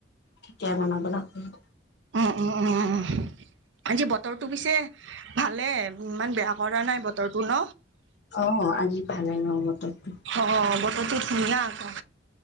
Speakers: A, on the left; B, on the right.
A: তেতিয়াই বনাব লাগিব।
B: উম, উম, উম আজি বতৰটো পিছে ভালে, ইমান বেয়া কৰা নাই বতৰটো ন,।
A: অঁ, আজি ভালে ন' বতৰ ন'?
B: অঁ, বতৰটো ধুনীয়া আকৌ,